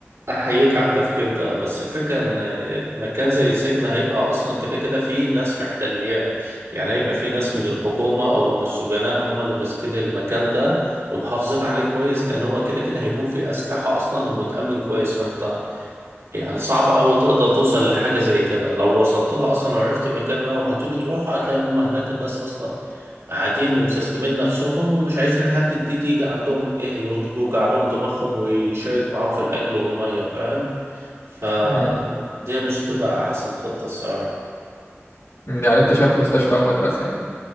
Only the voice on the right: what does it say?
أحييك على التفكير ده بس الفكرة إن مكان زي سجن هيبقى أصلا كده كده فيه ناس محتلياه يعني هيبقى فيه ناس من الحكومة أو من السجناء هم اللي ماسكين المكان ده ومحافظين عليه كويس لأن هو كده كده هيكون فيه أسلحة أصلا ومتأمن كويس فأنت يعني صعب أوي تقدر توصل لحاجة زي كده لو وصلت لها أصلا وعرفت مكان ما وهتيجي تروح هتلاقي هم هناك الناس أصلا قاعدين ومسستمين نفسهم ومش عايزين حد جديد يجي عندهم إيه يوج- يوجع لهم دماغهم ويشارك معاهم في الأكل والمية فاهم فدي
مش هتبقى أحسن خطة الصراحة